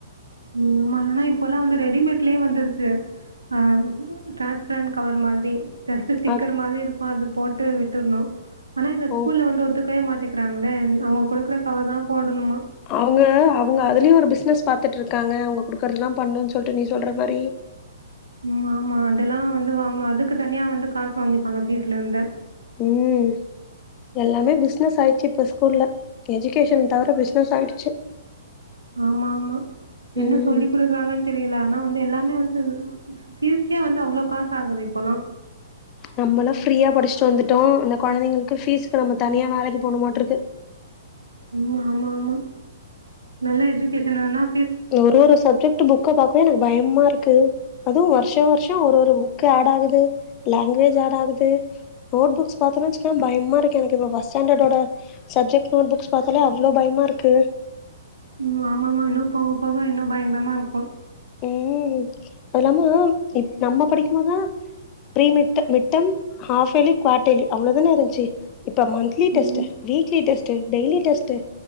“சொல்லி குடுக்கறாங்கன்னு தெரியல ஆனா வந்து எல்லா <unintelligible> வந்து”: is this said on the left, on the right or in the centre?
Right